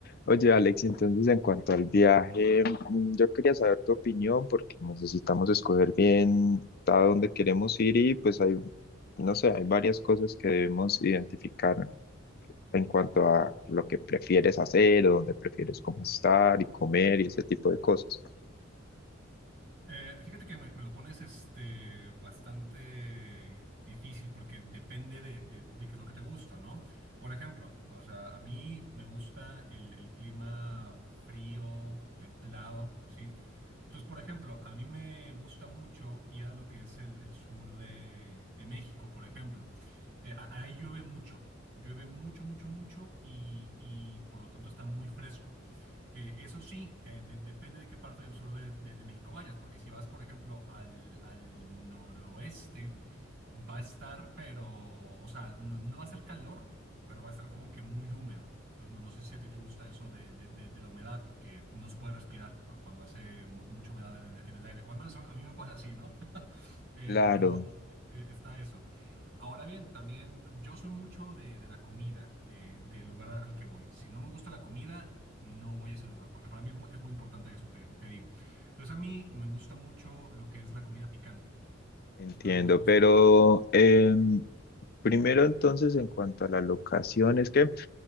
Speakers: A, on the left; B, on the right.
A: Oye, Alex, entonces en cuanto al viaje, mm, yo quería saber tu opinión porque necesitamos escoger bien a dónde queremos ir y pues hay, no sé, hay varias cosas que debemos identificar en cuanto a lo que prefieres hacer o dónde prefieres cómo estar y comer y ese tipo de cosas.
B: Eh, fíjate que me, me lo pones este, bastante difícil porque depende de, de- de qué es lo que te gusta, ¿no? Por ejemplo, o sea, a mí me gusta el, el clima frío, templado, ¿sí? Entonces, por ejemplo, a mí me gusta mucho ir a lo que es el, el sur de, de México, por ejemplo. Eh, a- ahí llueve mucho, llueve mucho, mucho, mucho y, y por lo tanto está muy fresco. Eh, eso sí, eh, de- depende de qué parte del sur de, de- de México vayas, porque si vas, por ejemplo, al, al noroeste, va a estar, pero, o sea, no, no va a ser calor, pero va a estar como que muy húmedo. Entonces, no, no sé si a ti te gusta eso de, de- de- de la humedad, que no se puede respirar cu- cuando hace mu- mucha humedad en, el en el aire. O al menos a a mí me pasa así, ¿no? <laughs> Eh,
A: Claro,
B: pero eh, está eso. Ahora bien, también yo soy mucho de, de la comida, de- del lugar al que voy. Si no me gusta la comida, no voy a ese lugar, porque para mí es muy, es muy importante eso, te, te digo. Entonces a mí me gusta mucho lo que es la comida picante.
A: Entiendo,
B: Entonces me gusta,
A: pero
B: por ejemplo.
A: em, primero entonces en cuanto a la locación, es que